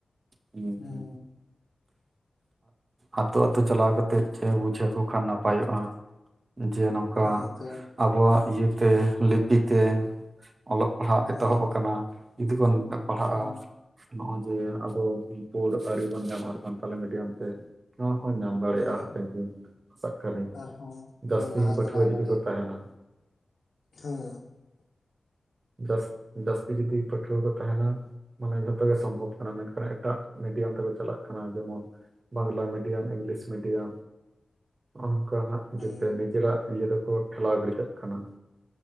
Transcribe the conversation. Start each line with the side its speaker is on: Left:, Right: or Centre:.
Right: ᱦᱩᱸ
Left: ᱦᱮᱸ
Right: ᱦᱩᱸ ᱟᱛᱳ ᱟᱛᱳ ᱪᱟᱞᱟᱣ ᱠᱟᱛᱮ ᱪᱮᱫ ᱵᱩᱡᱷᱟᱹᱣᱠᱚ ᱠᱷᱟᱱ ᱱᱟᱯᱟᱭᱚᱜᱼᱟ᱾ ᱡᱮ ᱱᱚᱝᱠᱟ
Left: ᱦᱮᱸ ᱡᱮ
Right: ᱟᱵᱚᱣᱟᱜ ᱤᱭᱟᱹᱛᱮ ᱞᱤᱯᱤ ᱛᱮ ᱚᱞᱚᱜ ᱯᱟᱲᱦᱟᱜ
Left: ᱦᱮᱸ
Right: ᱮᱛᱚᱦᱚᱵ ᱟᱠᱟᱱᱟ ᱡᱩᱫᱤ <unintelligible> ᱯᱟᱲᱦᱟᱜᱼᱟ
Left: ᱦᱮᱸ
Right: ᱱᱚᱜᱼᱚᱭ ᱡᱮ ᱟᱵᱚ ᱨᱤᱯᱳᱰ ᱟᱹᱣᱨᱤ ᱵᱚᱱ ᱧᱟᱢᱼᱟ, ᱥᱟᱱᱛᱟᱞᱤ ᱢᱤᱰᱤᱭᱟᱢ ᱛᱮ ᱱᱚᱣᱟ ᱦᱚᱸ ᱧᱟᱢ ᱫᱟᱲᱮᱭᱟᱜᱼᱟ᱾
Left: ᱦᱮᱸ
Right: ᱦᱟᱯᱮᱱ ᱫᱤᱱ ᱟᱥᱟᱜ ᱠᱟᱹᱱᱤᱧ
Left: ᱟᱨᱦᱚᱸ
Right: ᱡᱟᱹᱥᱛᱤ
Left: ᱵᱚᱱ ᱞᱟᱦᱟ
Right: ᱯᱟᱹᱴᱷᱩᱣᱟᱹ
Left: ᱪᱟᱞᱟᱣ
Right: ᱡᱩᱫᱤ
Left: ᱫᱟᱲᱮᱭᱟᱜᱼᱟ
Right: ᱠᱚ ᱛᱟᱦᱮᱱᱟ <inaudible>
Left: <unintelligible>
Right: ᱡᱟᱥ ᱡᱟᱹᱥᱛᱤ ᱡᱩᱫᱤ ᱯᱟᱹᱴᱷᱩᱣᱟᱹ ᱠᱚ ᱛᱟᱦᱮᱱᱟ ᱢᱟᱱᱮ ᱡᱷᱚᱛᱚ ᱜᱮ ᱥᱚᱢᱵᱷᱚᱵ ᱠᱟᱱᱟ᱾ ᱢᱮᱱᱠᱷᱟᱱ ᱮᱴᱟᱜ ᱢᱤᱰᱤᱭᱟᱢ ᱛᱮᱠᱚ ᱪᱟᱞᱟᱜ ᱠᱟᱱᱟ ᱡᱮᱢᱚᱱ ᱵᱟᱝᱞᱟ ᱢᱤᱰᱤᱭᱟᱢ, ᱤᱝᱞᱤᱥ ᱢᱤᱰᱤᱭᱟᱢ ᱚᱱᱠᱟ ᱦᱟᱸᱜ
Left: ᱦᱮᱸ
Right: ᱡᱟᱛᱮ ᱱᱤᱡᱮᱨᱟᱜ ᱤᱭᱟᱹ ᱫᱚᱠᱚ ᱴᱷᱮᱞᱟᱣ ᱜᱤᱰᱤ ᱠᱟᱜ ᱠᱟᱱᱟ᱾